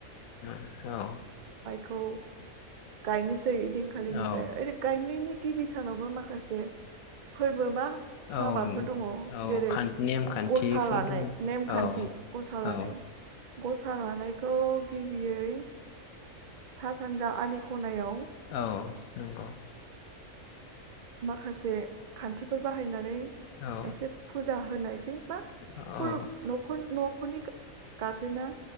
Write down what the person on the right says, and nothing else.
खौ गायनो <unintelligible> दिनखालिनिफ्राय
ओरै गायनायनि। गिबि सानावबो माखासे <unintelligible> फोरबो बा हाबाफोर
दङ'
जेरै
गरसा लानाय
नेमखान्थि
गसा लानाय।
गसा लानायखौ गिबियै सा सानजा आलि खनायाव।
माखासे खान्थिफोर बाहायनानै।
एसे फुजा होनाय। <unintelligible> <unintelligible>
खलुम नखुल न'खरनि गारजेना।